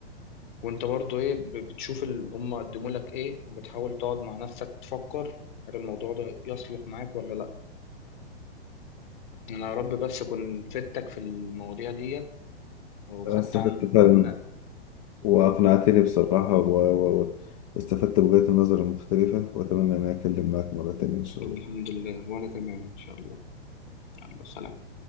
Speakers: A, on the left; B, on the left.
A: وانت برضو ايه ب- بتشوف اللي هم قدموا لك ايه بتحاول تقعد مع نفسك بتفكر هل الموضوع ده يصلح معاك ولا لا انا يا رب بس اكون فدتك في المواضيع ديت وخدت
B: أنا استفدت
A: عن
B: فعلا
A: لا
B: واقنعتني بصراحه و... و... و- واستفدت بوجهات النظر المختلفه واتمنى ان أنا اتكلم معاك مره تانيه ان شاء
A: طب
B: الله
A: الحمد لله وانا تمام ان شاء الله يلا سلام